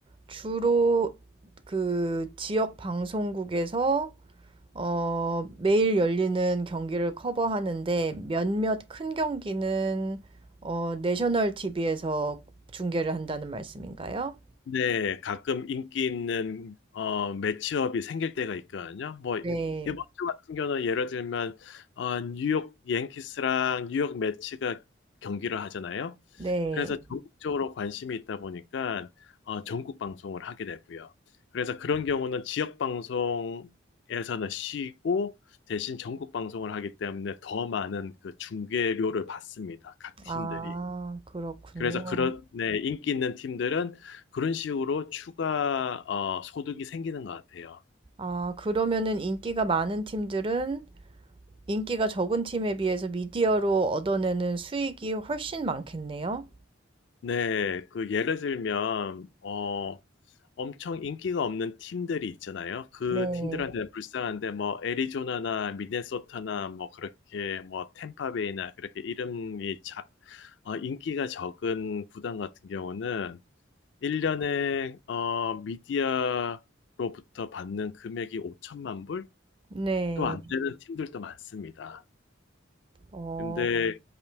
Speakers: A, on the right (about 25°); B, on the left (about 65°).
A: 주로 그 지역 방송국에서 어, 매일 열리는 경기를 커버하는데 몇몇 큰 경기는 어, 내셔널 TV에서 중계를 한다는 말씀인가요?
B: 네, 가끔 인기 있는 어, 매치업이 생길 때가 있거든요. 뭐 이-
A: 네.
B: 이번 주 같은 경우는 예를 들면 어, 뉴욕 양키스랑 뉴욕 매치가 경기를 하잖아요.
A: 네.
B: 그래서 전국적으로 관심이 있다 보니까 어, 전국 방송을 하게 되고요. 그래서 그런 경우는 지역 방송에서는 쉬고 대신 전국 방송을 하기 때문에 더 많은 그 중계료를 받습니다. 각 팀들이.
A: 아, 그렇군요.
B: 그래서 그런 네, 인기 있는 팀들은 그런 식으로 추가 어, 소득이 생기는 것 같아요.
A: 아, 그러면은 인기가 많은 팀들은 인기가 적은 팀에 비해서 미디어로 얻어내는 수익이 훨씬 많겠네요.
B: 네, 그 예를 들면 어 엄청 인기가 없는 팀들이 있잖아요. 그
A: 네.
B: 팀들한테는 불쌍한데 뭐 애리조나나 미네소타나 뭐 그렇게 뭐 템파베이나 그렇게 이름이 자, 어, 인기가 적은 구단 같은 경우는 1년에 어 미디어로부터 받는 금액이 5천만 불?
A: 네.
B: 또 안 되는 팀들도 많습니다.
A: 어,
B: 네. 근데